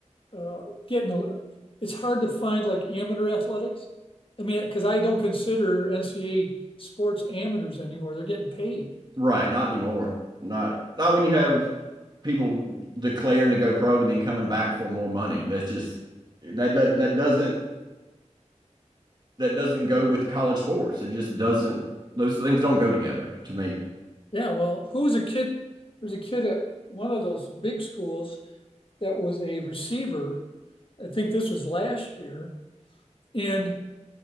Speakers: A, on the left; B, on the right.
A: uh, getting a- it's hard to find like amateur athletics. I mean, because I don't consider NCAA sports amateurs anymore; they're getting paid.
B: Right. Not anymore. Not, not when you have people declaring to go pro and then coming back for more money. That's just, that, that, that doesn't that doesn't go with college sports. It just doesn't. Those things don't go together to me.
A: Yeah, well, who was a kid? There's a kid at one of those big schools that was a receiver. I think this was last year, and